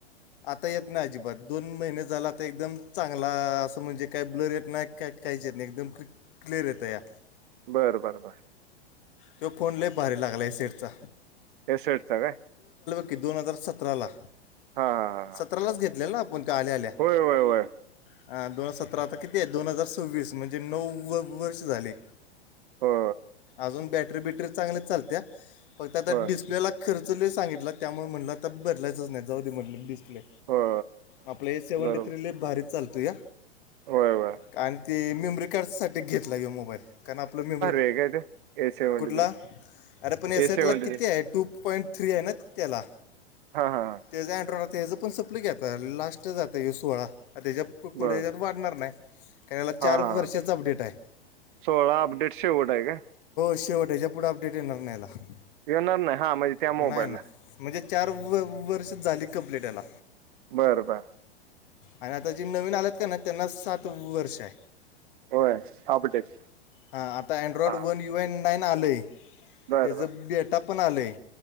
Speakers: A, on the left; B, on the right.
A: आता येत नाही अजिबात दोन महिने झाल तर एकदम चांगला असं म्हणजे काय ब्लर येत नाही का काही एकदम क्लियर येतया.
B: बर बर बर.
A: तो फोन लय भारी लागलाय शेटचा
B: एस इडतव.
A: ओके दोन हजार सतराला
B: हा हा हा
A: सतरालाच घेतलेला ना तो आपण आल्या आल्या
B: होय होय होय
A: हा दोन हजार सतरा आता किती आहे दोन हजार सव्वीस म्हणजे नव्व वर्ष झाले.
B: हो
A: अजून बॅटरी बिटरी चांगली चालत्या फक्त आता
B: होय
A: डिस्प्लेला खर्च खर्च लय सांगितला त्यामुळे म्हटलं आता बदलायच नाही जाऊ दे म्हटलं डिस्प्ले
B: हो
A: आपलं हे सेव्हन्टी
B: बरोबर
A: थ्री लय भारीच चालतोया
B: होय होय
A: कार ते मेमरी कार्डसाठी घेतला ये मोबाईल कारण आपलं मेमरी
B: ह आहे. ए सेव्हंटी
A: कुठला
B: थ्री
A: अरे पण एसटला
B: ए सेव्हंटी
A: किती
B: थ्री
A: आहे टू पॉईंट थ्री आहे ना त्याला
B: हां हां हां
A: त्याच अँड्रॉइड त्याचं पण संपलं की आता लास्टच आता हे सोळा. त्याच्या पुढे
B: बरं
A: जाऊन वाढणार नाही कारण याला चार
B: हां हां
A: वर्षाचा अपडेट आहे.
B: सोळा अपडेट शेवट हाय काय.
A: शेवटेच्या पुढं अपडेट येणार नाही आता
B: येणार नाही हां म्हणजे त्या मोबाईलला
A: नाय नाय म्हणजे चार वर्ष वर्ष झाली कंप्लीट ह्याला
B: बर बर.
A: आणि आता जे नवीन आलेत कणी त्यांना सात वर्ष हाय.
B: होय अपडेट.
A: हां आता अँड्रॉइड
B: हां
A: वन यू एन नाईन आलय
B: बरं
A: त्याचं बॅटा पण आलंय.